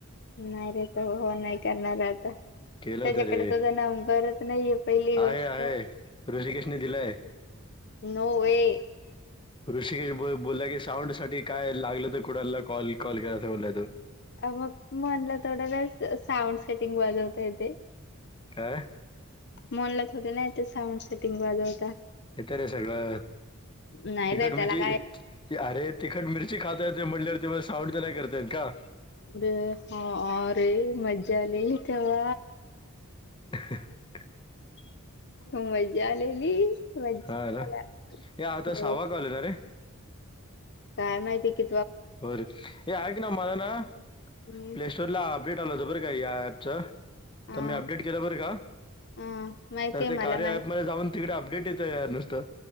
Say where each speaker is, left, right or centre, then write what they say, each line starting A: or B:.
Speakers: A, on the left; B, on the left.
A: नाही रे त हो नाही करणार आता त्याच्याकडे
B: केलं होतं रे
A: तुझ नाव करत नाहीये पहिली गोष्ट
B: आहे आहे ऋषिकेशने
A: <inaudible>
B: दिलाय
A: नोवे,
B: ऋषिकेश बोलला की साऊंड साठी काय लागलं तर कुणाला कॉल कॉल करायचा बोलला तो
A: मग म्हणला थोड वेस साऊंड सेटिंग वाजवत ते,
B: का?
A: मनला थोडं ना साऊंड सेटिंग वाजवता
B: हे तर रे सगळं
A: नाही
B: तखट
A: रे त्याला
B: मिची
A: काय
B: त अरे तिखट मिरची खातायेत म्हणल्या तर ते साऊंड तर नाही करतायेत का
A: अरे हारे मजाली तेव
B: <unintelligible>
A: खू मजा आलेली, मज्जा
B: हा
A: त्याला
B: ना या आता
A: हो
B: सावा कले ना रे
A: काय माहितीय कि?
B: होरे हे आहे की ना मला ना
A: मी
B: प्ले स्टोर ला अपडेट आला हो बर का या ऍपच
A: हा
B: तर मी अपडेट केलं बर का
A: हा माहितीय
B: तर ते
A: मला
B: कार्यमध्येध्ये
A: माहित
B: जाऊन, तिकडे अपडेट येतं यार नुसतं